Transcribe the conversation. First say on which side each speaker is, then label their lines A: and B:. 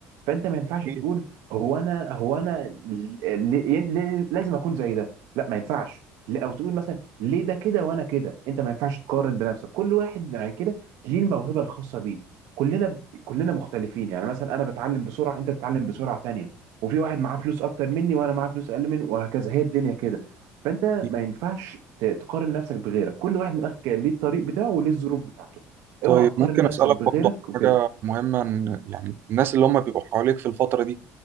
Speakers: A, on the right (about 65°); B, on the right (about 40°).
A: فانت ما ينفعش
B: أكيد
A: تقول هو انا هو انا ل- ل- ل- لازم اكون زي ده لا ما ينفعش ل- او تقول مثلا ليه ده كده وانا كده انت ما ينفعش تقارن بنفسك كل واحد عن كده ليه الموهبه الخاصه بيه كلنا كلنا مختلفين يعني مثلا انا بتعلم بسرعه انت بتتعلم بسرعه تانية وفي واحد معاه فلوس اكتر مني وانا معاه فلوس اقل منه وهكذا هي الدنيا كده فانت
B: أكيد.
A: ما ينفعش ت- تقارن نفسك بغيرك كل واحد من اخك ليه الطريق بتاعه وليه الظروف بتاعته
B: طيب
A: اوعى تقارن
B: ممكن
A: نفسك
B: اسالك
A: بغيرك
B: برضه
A: وكده
B: عن حاجه مهمه إن يعني الناس اللي هم بيبقوا حواليك في الفتره دي